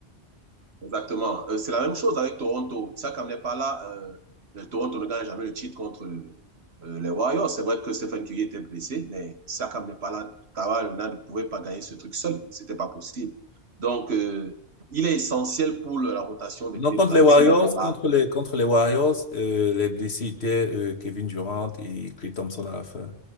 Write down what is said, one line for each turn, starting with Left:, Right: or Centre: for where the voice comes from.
Right: Exactement. Euh, c'est la même chose avec Toronto. Siakam n'est pas là. euh, le Toronto ne gagne jamais le titre contre euh, euh, les Warriors. C'est vrai que Stephen Curry était blessé, mais Siakam n'est pas là. Kawhi Leonard ne pouvait pas gagner ce truc seul. C'était pas possible. Donc, euh, il est essentiel pour le- la rotation de
Left: Non,
Right: Cleveland.
Left: contre les Warriors,
Right: S'il n'est pas là.
Left: contre les, contre les Warriors, euh, les blessés étaient euh, Kevin Durant et Klay Thompson à la fin,